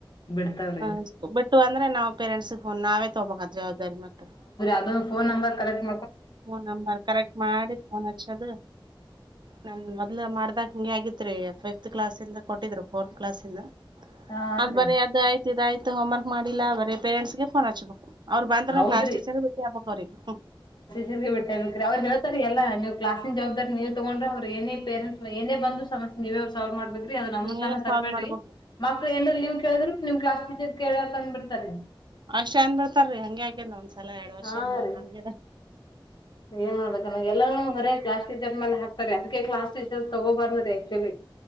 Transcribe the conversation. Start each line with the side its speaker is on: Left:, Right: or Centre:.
Left: ಬಿಡ್ತಾವ್ರಿ
Right: ಹ ಬಿಟ್ಟು ಅಂದ್ರೆ ನಾವವು ಪೇರೆಂಟ್ಸಗ್ನ್ ನಾವೇ ತಗಬಬೇಕದ ಜವಾಬ್ದಾರಿ ಮತ್ತ
Left: ಅದು phone number correct
Right: phone number correct ಮಾಡಿ ಫೋನ್ ಹಚ್ಚದು ನನ್ ಮೊದ್ಲು ಮಾಡ್ದಕ್ ಹಂಗೆ ಆಗಿತ್ತು ರೀ ಫಿಫ್ತ್ ಕ್ಲಾಸಿಂದ ಕೊಟ್ಟಿದ್ರು ಫೋರ್ತ್ ಕ್ಲಾಸಿಂದ
Left: ಹಾ
Right: ಅದ್
Left: ರೀ
Right: ಬರ ಅದು ಆಯ್ತು ಆಯ್ತು ಹೋಮ್ರ್ಕ್ ಮಾಡಿಲ್ಲಾ ಬರೇ ಪೇರೆಂಟ್ಸ್ ಫೋನ್ ಹಚ್ಬೇಕು ಅವ್ರು ಬಂದ್ರ ನ
Left: ಹೌದ್ರಿ
Right: ಕ್ಲಾಸ್ ಟೀಚರ್ ಬಿಟ್ಟಿ ಹಬ್ಬಕ್ ಅವ್ರಿಗೆ
Left: ರಿಗೆ ಬಿಟ್ಟೆ ಅ್ರ ಹೇಳ್ತಾರೆ ಎಲ್ಲ ನೀವು ಕ್ಲಾಸಿನ ಜವಾಬ್ದಾರಿ ನೀವ ತಗೊಂಡ್ರ ಅವ್ರರು ನೇ ಪೇರೆಂಟ್ಸ್ ನೇ ಬಂದು ಸಮಸ್ಯ ನೀವೇ ಅವ್ ಸಾವ ಮಾಡ್ಬೇಕು ರಿ ಅದ ನಮ್ಮ
Right: ನೀವೇ
Left: ತನ
Right: ಸಾಲ್ವ್
Left: ತರಬೇಡ್ರ
Right: ಮಾಡ್ಬೇಕು
Left: ಮಕ್ಳ ಏನ ಲ ನೀವ್ ಕೇಳಿದ್ರರು ನಿಮ್ ಕ್ಲಾಸ್ ಟೀರ್ ಕೇಳ ಅಂದ್ ಬಿಿಡ್ತಾರೀ
Right: ಅಷ್ಟ್ ಏನ್ ಬಿಿಡ್ತಾರೀ ಹಂಗಗೆ ಆಗೇನ್ ಒಂದ್ಸಲ ಎರಡ್ ವರ್ಷ
Left: ಹಾ
Right: ಅನ್ನ್
Left: ರೀ
Right: ಆಗ್ಯ
Left: ಏನ್ ಮಾಡ್ಬೇಕ ಎಲ್ಲರೂ ಹೊರ ಕ್ಲಾಸ್ ಟೀಚರ್ ಮೇಲೆ ಹಾತಾರೆ ಅದಕ್ಕೆ ಕ್ಲಾಸ್ ಟೀಚರ್ ತಗೋಬಾರ ಆಕ್ಚುಲಿ